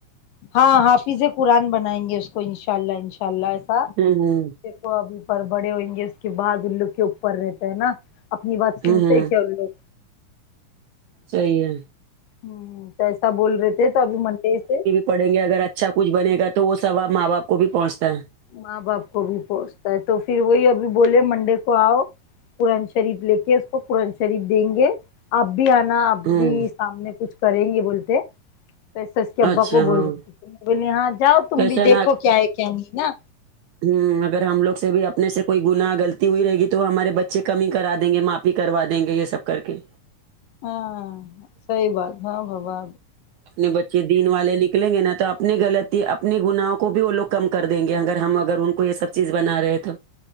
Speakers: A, on the left; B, on the right.
A: ہاں حافظ قرآن بنائیں گے اس کو ان شاء اللہ انشاء اللہ ایسا
B: ہوں ہوں
A: کو ابھی پر بڑے ہوئیں گے اس کے بعد ان لوگ کے اوپر رہتے ہینا اپنی بات
B: ہمم
A: سنتے
B: ہمم
A: کیا ان لوگ
B: صحیح ہے
A: ہ تو ایسا بول رہے تھے تو ابھی منڈے سے
B: پڑیں گے اگر اچھا کچھ بنے گا تو وہ سباب ماں باپ کو بھی پہنچتا ہے
A: ماں باپ کو بھی پہنچتا ہے تو پھر وہی ابھی بولے منڈے کو آؤ قرآن شریف لے کے اس کو قرآن شریف دیں گے اب بھی آنا ا
B: ہمم
A: بھی سامنے کچھ کریں گے بولتے توایسا کے ابا
B: اچھا
A: کو
B: ہاں
A: بول رہے تھے بولی ہاں جاؤ تم
B: کیسا
A: بھی دیکھو کیا ہے کیا نہیں نا
B: ہوں اگر ہم لگ سے بھی اپنے سے کوئی گنا غلتی ہوئی رہے گی تو ہمارے بچے کمی کرا دیں گے ماں بھی کروا دیں گے یہ سب کر کے
A: ہاں ساہی بات ہاں با با
B: اپنے بچے دین والے نکلیں گے نا تو اپنی غلطی اپنے گنااہں کو بھی وہ لوگ کم کر دیں گے اگر ہم اگران کو یہ سب چیز بنا رہے تو